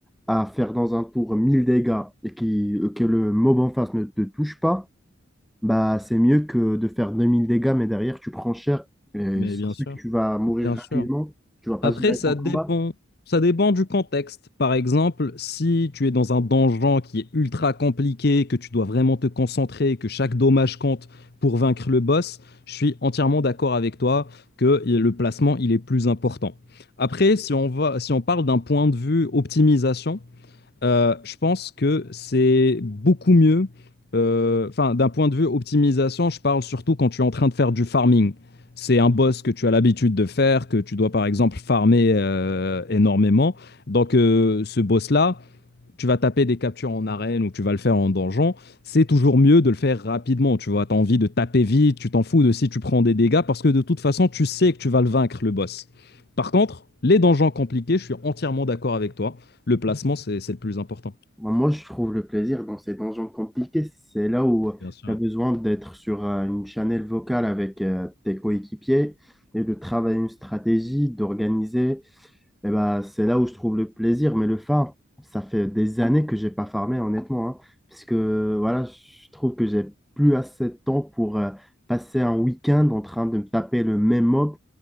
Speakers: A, in the centre; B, on the left (about 50°).
A: à faire dans un tour 1000 dégâts et qui, euh, que le mob en face ne te touche pas, bah, c'est mieux que de faire 2000 dégâts, mais derrière, tu prends cher. Et
B: mais
A: ça
B: bien
A: se
B: sûr,
A: fait que tu vas mourir
B: bien
A: rapidement.
B: sûr.
A: Tu vas pas
B: Après,
A: gérer
B: ça
A: ton combat.
B: dépend. Ça dépend du contexte. Par exemple, si tu es dans un donjon qui est ultra compliqué, que tu dois vraiment te concentrer, que chaque dommage compte pour vaincre le boss, je suis entièrement d'accord avec toi que le placement, il est plus important. Après, si on va, si on parle d'un point de vue optimisation, euh, je pense que c'est beaucoup mieux. euh, Enfin, d'un point de vue optimisation, je parle surtout quand tu es en train de faire du farming. C'est un boss que tu as l'habitude de faire, que tu dois par exemple farmer euh, énormément. Donc euh, ce boss-là, tu vas taper des captures en arène ou tu vas le faire en donjon, c'est toujours mieux de le faire rapidement. Tu vois, tu as envie de taper vite, tu t'en fous de si tu prends des dégâts parce que de toute façon, tu sais que tu vas le vaincre, le boss. Par contre, les donjons compliqués, je suis entièrement d'accord avec toi. Le placement, c'est c'est le plus important.
A: Bah, moi, je trouve le plaisir dans ces donjons compliqués. C'est là où
B: Bien sûr.
A: tu as besoin d'être sur euh, une channel vocale avec euh, tes coéquipiers et de travailler une stratégie, d'organiser. Et ben, c'est là où je trouve le plaisir, mais le farm, ça fait des années que j'ai pas farmé, honnêtement, hein, puisque voilà, je trouve que j'ai plus assez de temps pour euh, passer un week-end en train de me taper le même mob,